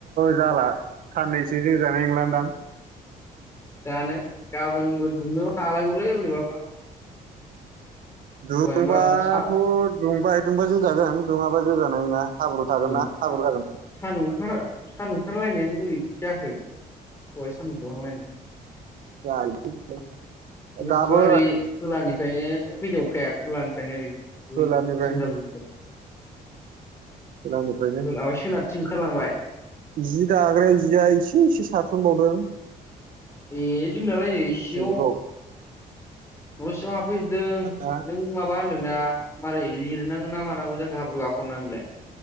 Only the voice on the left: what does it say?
जानो गाबोनबो दुमनो हालायगौलै बोरैबाबा।
दहायनोबा सा
उम
सा
सान ओंखार सान ओंखारलायनायानो बुरैथि जाखो बेहाय सान बुहांलायनाय
बिस्था
ओरै खोलानि ओमफ्राय फैदावखाया खोलानिफ्रायनो ओरै
गोसोम जाबोजोबदों
माबा सोनाबथिं ओंखारलांबाय
ए जोंनालाय सिङाव
न' सिङाव हफैजोबदों नों
माबा होनदों। नोंना माबारै लिरनांगोन ना मानांगौ जायाखो हाब्रु गाखोननानैलाय